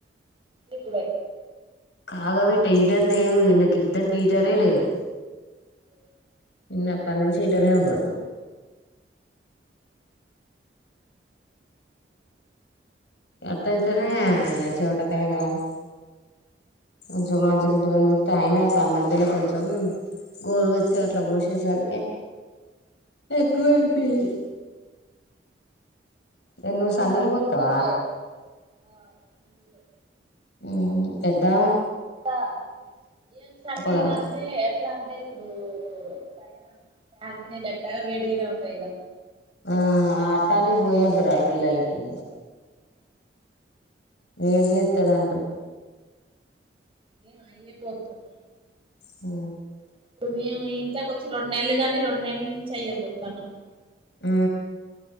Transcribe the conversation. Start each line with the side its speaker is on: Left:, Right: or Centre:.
Right: ఇప్పుడు పెట్ను
Left: కాగాపెటే హీటర్ లేదు, వీళ్ళకిద్దరు గీటరే లేదు.
Right: ఓ
Left: ఇన్నపటి నుంచి హీటరే ఉండదు. ఎట్ అయితేనే చోటకాయ కాదు కొంచెం మంచిగా ఉంటుందని చేపితే అయినా ఒక ఆ మధ్యలో కొంచెం గోరు వెచ్చగ అట్లా పోసేసరికి ఎక్కువైపేంది. ఎ ను
Right: ఈమెకు
Left: సన్నీల్
Right: సన్
Left: పోతవ
Right: నీళ్ళే ఆ సన్నిలే
Left: ఊ పెద్దా
Right: ఇంకా ఏం సన్నీలా
Left: కదా
Right: అంటే ఎట్లా అంటా ఇప్పుడు పైరా ట్యాంక్ నీళ్ళెట్టాగా వేడిగనే ఉంటాయిగ
Left: ఆ ఆటాంటివి పోయద్రా పిల్లలకి వేడి చేస్తంది అంటారు.
Right: ఏ అయే పోతన్నా
Left: ఊ
Right: ఇప్పుడు మేము ఈ ఇంట్లోకి వచ్చి రెండు నెలలు కానీ రెండు నెలల నుంచి అయ్యేపోతన
Left: ఊ